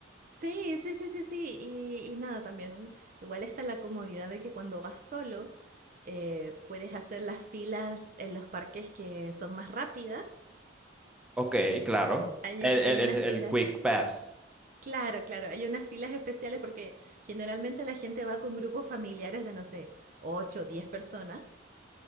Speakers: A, on the right; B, in the centre.
A: Sí, sí, sí, sí, sí. Y, y nada, también igual está la comodidad de que cuando vas solo eh, puedes hacer las filas en los parques que son más rápidas.
B: ok, claro.
A: Hay,
B: El, el,
A: hay
B: el,
A: unas
B: el
A: filas,
B: quick pass
A: claro, claro, hay unas filas especiales porque generalmente la gente va con grupos familiares de, no sé, 8, o 10 personas